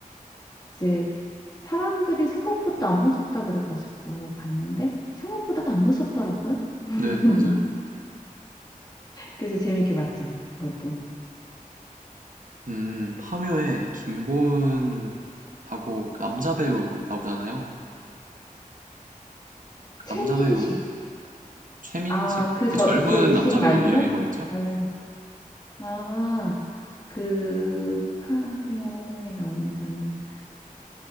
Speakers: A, on the left; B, on the right.
A: 이제 사람들이 생각보다 안 무섭다 그래가지고 봤는데 생각보다 안 무섭더라고요. <laughs>
B: 네, 맞아요.
A: 그래서 재밌게 봤죠. 그것도.
B: 음, 파묘에 김고은하고 그 남자 배우 나오잖아요. 그
A: 최민식
B: 남자 배우 최민식,
A: 아, 그
B: 그
A: 저,
B: 젊은
A: 그
B: 남자
A: 식 말고?
B: 배우 이름이 뭐였죠?
A: 라면, 아, 그 파묘에 나오는 젊은,